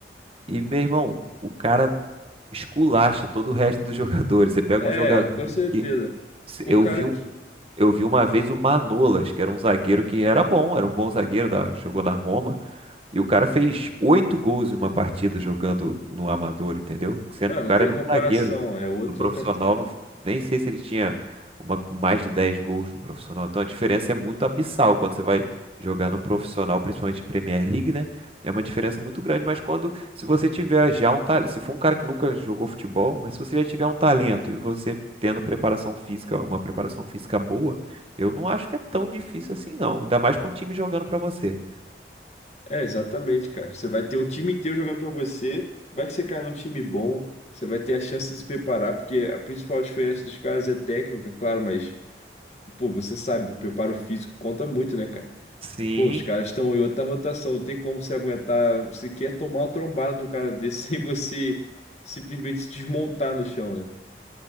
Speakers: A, on the right; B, on the left.
A: E, meu irmão, o cara esculacha todo o resto dos <laughs> jogadores. Você pega
B: É,
A: um jogador
B: com certeza.
A: que
B: O
A: eu
B: cara
A: vi um
B: que.
A: eu vi uma vez o Manolas, que era um zagueiro que era bom, era um bom zagueiro da, jogou na Roma. E o cara fez oito gols em uma partida jogando no amador, entendeu? Sendo
B: Não,
A: que o
B: não
A: cara
B: tem
A: era
B: comparação.
A: um zagueiro.
B: É outra
A: No profissional,
B: categoria.
A: não- nem sei se ele tinha uma- mais de 10 gols no profissional. Então a diferença é muito abissal quando você vai jogar no profissional, principalmente em Premier League, né? É uma diferença muito grande. Mas quando, se você tiver já um talento, se for um cara que nunca jogou futebol, mas se você já tiver um talento e você tendo preparação física, uma preparação física boa, eu não acho que é tão difícil assim, não. Ainda mais com o time jogando pra você.
B: É, exatamente, cara. Você vai ter um time inteiro jogando pra você. Vai que você cai num time bom. Você vai ter a chance de se preparar, porque a principal diferença dos caras é técnica, claro, mas, pô, você sabe, o preparo físico conta muito, né, cara?
A: Sim,
B: Pô, os caras estão em outra rotação, não tem como você aguentar você quer tomar uma trombada de um cara desse <laughs> sem você simplesmente se desmontar no chão, né?